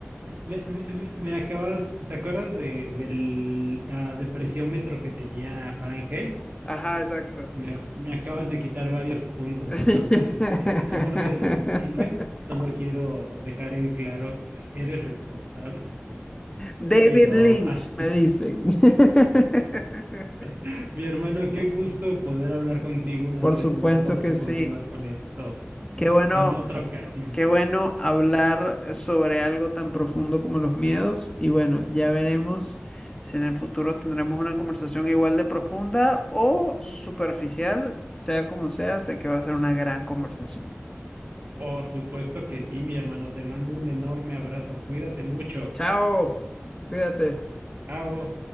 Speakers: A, on the right (about 45°); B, on the left (about 15°).
A: Me, me- me acabas, ¿te acuerdas de, del ah, depresiómetro que tenía Fahrenheit?
B: Ajá, exacto.
A: Me, ac- me acabas de quitar varios puntos,
B: <laughs>
A: entonces este, estoy al borde del suicidio. Solo quiero dejar en claro que eres responsable,
B: David
A: pero
B: Lynch,
A: hasta-
B: me dicen. <laughs>
A: <laughs> mi hermano, qué gusto poder hablar contigo una
B: Por
A: vez
B: supuesto
A: más. Vamos
B: que
A: a continuar
B: sí.
A: con esto
B: Qué bueno.
A: en otra ocasión.
B: Qué bueno hablar eh, sobre algo tan profundo como los miedos y bueno, ya veremos si en el futuro tendremos una conversación igual de profunda o superficial, sea como sea, sé que va a ser una gran conversación.
A: Por supuesto que sí, mi hermano. Te mando un enorme abrazo. Cuídate mucho.
B: Chao, cuídate.
A: Chao.